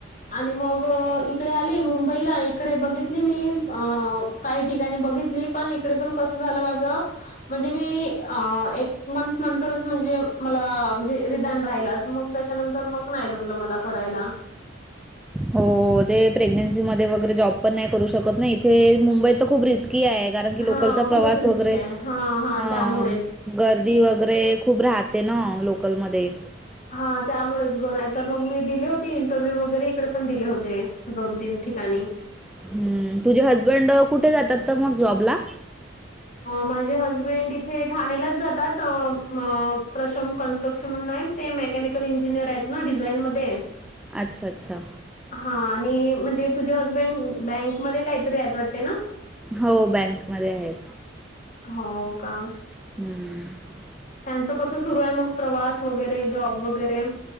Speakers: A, on the left; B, in the centre.
A: आणि मग इकडे आले मुंबईला इकडे बघितली मी अ. काही ठिकाणी बघितली पण इकडे पण कसं झालं माझं. म्हणजे मी अ एक मंत नंतरचं म्हणजे माला रिदाण राहिलं त मग त्याच्या. त्यानंतर मग नाही जमलं मला करायला. <inaudible>
B: हो ते प्रेग्नेन्सी मध्ये वगैरे जॉब पण नाही करू शकत ना नाही इथे मुंबईत तर खूप रिस्की आहे. कारण की
A: हा
B: लोकलचा
A: खूपच
B: प्रवास
A: रिस्की
B: वगैरे
A: आहे
B: हा.
A: त्यामुळेच.
B: गर्दी वगैरे खूप राहते ना लोकलमध्ये.
A: हा त्यामुळेच ग नाहीतर मग मी दिले होती इंटरव्ह्यू वगैरे इकडे पण दिले होते दोन तीन ठिकाणी.
B: हम्म तुझे हसबंड कुठे जातात त मग जॉबला.
A: माझे हजबेंड इथे ठाणेलाच जातात त अ म प्रशम कन्स्ट्रक्शन म्हण हाय. ते मेकॅनिकल इंजिनियर आहेत ना डिझाईन मध्ये.
B: अच्छा अच्छा.
A: हा आणि म्हणजे तुझे हजबंड बँकमध्ये. काहीतरी आहेत वाटते ना?
B: हो बँक मध्ये आहेत.
A: हो का.
B: हम्म.
A: त्यांचं कसं सुरू आहे मग प्रवास वगैरे जॉब वगैरे.